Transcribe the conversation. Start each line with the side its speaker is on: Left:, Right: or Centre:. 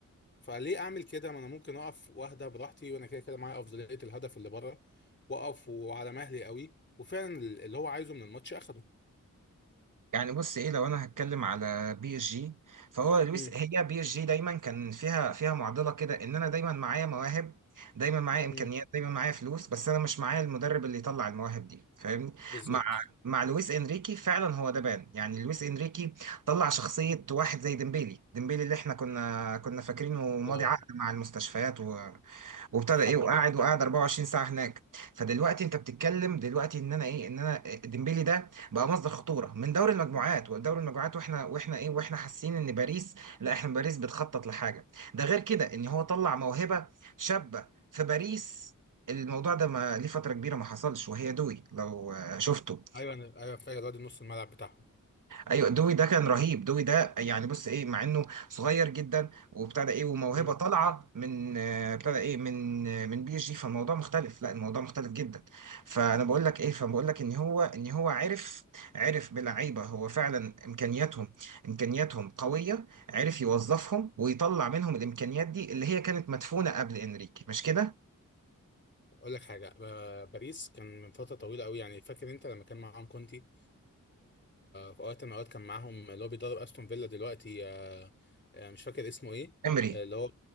Left: فليه اعمل كده ما انا ممكن اقف واهدى براحتي وانا كده كده معايا افضليه الهدف اللي بره واقف وعلى مهلي قوي وفعلا اللي هو عايزه من الماتش اخده
Right: يعني بص ايه لو انا هتكلم على بي اس جي فهو لويس
Left: امم
Right: هي بي اس جي دايما كان فيها فيها معضله كده ان انا دايما معايا مواهب دايما معايا امكانيات
Left: امم
Right: دايما معايا فلوس بس انا مش معايا المدرب اللي يطلع المواهب دي فاهمني
Left: بالظبط
Right: مع مع لويس انريكي فعلا هو ده بان يعني لويس انريكي طلع شخصيه واحد زي ديمبيلي ديمبيلي اللي احنا كنا كنا فاكرينه ماضي
Left: اه
Right: عقد مع المستشفيات وابتدى
Left: حرفياً.
Right: ايه وقاعد وقاعد 24 ساعه هناك فدلوقتي انت بتتكلم دلوقتي ان انا ايه ان انا ديمبلي ده بقى مصدر خطوره من دوري المجموعات ودوري المجموعات واحنا واحنا ايه واحنا حاسين ان باريس لا احنا باريس بتخطط لحاجه ده غير كده ان هو طلع موهبه شابه في باريس الموضوع ده ما ليه فترة كبيرة ما حصلش وهي دوي لو آه، شفته
Left: ايوه انا ايوه فاكر الواد نص الملعب بتاعهم
Right: ايوه دوي ده كان رهيب دوي ده يعني بص ايه مع انه صغير جدا وابتدى ايه وموهبه
Left: امم
Right: طالعه من آه، ابتدى ايه من آه، من بي اس جي فالموضوع مختلف لا الموضوع مختلف جدا فانا بقول لك ايه فبقول لك ان هو ان هو عرف عرف بلعيبه هو فعلا امكانياتهم امكانياتهم قويه عرف يوظفهم ويطلع منهم الامكانيات دي اللي هي كانت مدفونه قبل انريكي مش كده؟
Left: اقول لك حاجه ب- باريس كان من فتره طويله قوي يعني فاكر انت لما كان معاهم كونتي في وقت من الأوقات كان معاهم اللي هو بيدرب أستون فيلا دلوقتي آه، آه، مش فاكر اسمه إيه
Right: امري
Left: آه، اللي هو